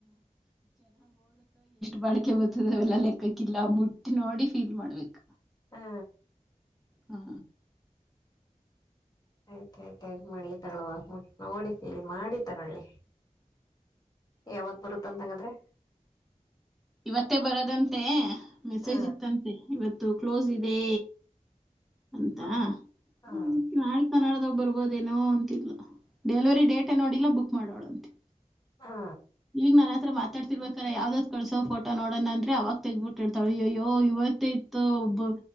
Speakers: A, in the centre; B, on the left (about 30°).
A: ಬಾಳಕೆ ಬರ್ತದ ಅವೆಲ್ಲ ಲೆಕ್ಕಕ್ಕಿಲ್ಲ ಮುಟ್ಟಿ ನೋಡಿ ಫೀಲ್ ಮಾಡ್ಬೇಕ್
B: ಹ್ಮ
A: ಹಾ
B: ಆಯ್ತಾಯಯ್ತ ಮಾಡಲಿ ತಗ್ಗವ ಮುಟ್ಟಿ ನೋಡಿ ಫೀಲ್ ಮಾಡಿ ತಗೊಳ್ಳಿ ಯಾವತ್ ಬರುತ್ತ ಅಂತಂಗಾದ್ರೆ
A: ಇವತ್ತೇ ಬರೋದಂತೆ ಮೆಸೇಜ್
B: ಹಾ
A: ಇತ್ತಂತೆ ಇವತ್ತು ಕ್ಲೋಸ್ ಇದೆ ಅಂತ
B: ಹಾ ಹಾ
A: <inaudible> ಕನ್ನಡದೋಗ್ ಬರ್ಬೋದೇನೋ ಅಂತಿಲ್ಲ ಡೆಲಿವರಿ ಡೇಟ್ ನೋಡಿಲ್ಲ ಬುಕ್ ಮಾಡವಳಂತೆ.
B: ಹಾ
A: ಈಗ ನನ್ ಹತ್ರ ಮಾತಾಡ್ತಿರ್ಬೇಕಾರ ಯಾವ್ದದ ಕಳಸೋ ಫೋಟೋ ನೋಣ ಅಂದ್ರೆ ಅವಾಗ ತೆಗಿಬಿಟ್ಟಿತಾಳೆ ಆಯೋಯೋ ಇವ ತ್ತ ಇತ ಒಬ್ಬ